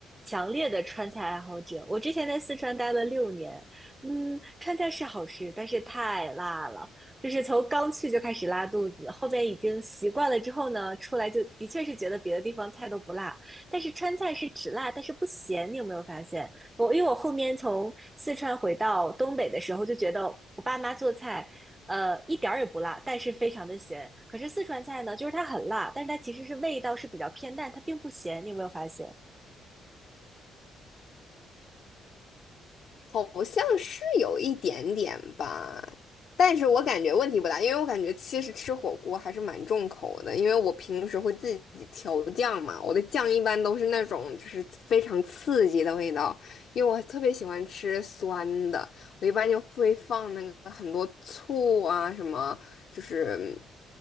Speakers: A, on the right (about 15°); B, on the left (about 50°).
A: 强烈的川菜爱好者。我之前在四川待了六年，嗯，川菜是好吃，但是太辣了，就是从刚去就开始拉肚子，后边已经习惯了之后呢，出来就的确是觉得别的地方菜都不辣，但是川菜是只辣但是不咸，你有没有发现？我因为我后面从四川回到东北的时候，就觉得我爸妈做菜，呃，一点儿也不辣，但是非常的咸。可是四川菜呢，就是它很辣，但是它其实是味道是比较偏淡，它并不咸。你有没有发现？
B: 好像是有一点点吧，但是我感觉问题不大，因为我感觉其实吃火锅还是蛮重口的，因为我平时会自己调酱嘛，我的酱一般都是那种就是非常刺激的味道，因为我特别喜欢吃酸的，我一般就会放那个很多醋啊，什么就是